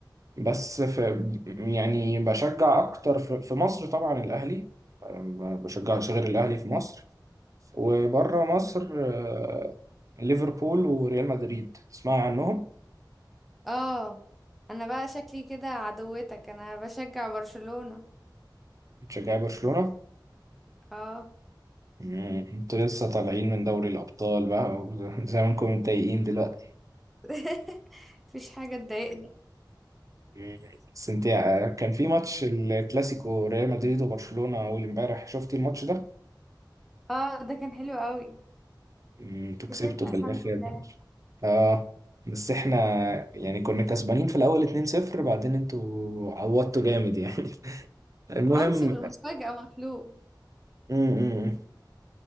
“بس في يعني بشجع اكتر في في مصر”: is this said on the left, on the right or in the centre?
Right